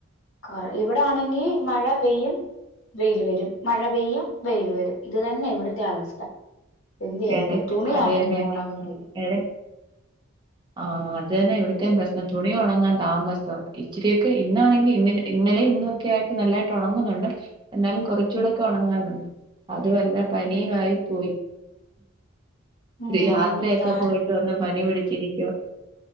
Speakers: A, on the left; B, on the right.
A: കൊറെ ഇവടാണെങ്കി മഴ പെയ്യും വെയില് വരും മഴ പെയ്യും വെയില് വരും ഇത് തന്നെ ഇവിട്ത്തെ അവസ്ഥ എന്തിയ്യാന
B: ഇടയ്ക്ക്
A: തുണിയാണെ
B: അതെയല്ലെ
A: ഒന്നും ഒണങ്ങുന്നുല്ല
B: ഇട ആഹ് അത് എന്ന ഇവിട്ത്തേം പ്രശ് തുണി ഒണങ്ങാൻ താമസ ഇച്ചിരിയൊക്കെ ഇന്നാണെങ്കിൽ ഇ ഇന്നലെ ഇന്നൊക്കെ ആയിട്ട് നല്ലായിട്ട് ഉണങ്ങുന്നുണ്ട് എന്നാലും കുറച്ചൂടൊക്കെ
A: ഉം
B: ഒണങ്ങാനുണ്ട് അതുമല്ല പനിയും
A: ഉം
B: ആയി പോയി
A: ഉം
B: ഒരു യാത്രയൊക്കെ
A: ഞാൻ
B: പോയിട്ട് വന്ന് പനി പിടിച്ചിരിക്കുവാ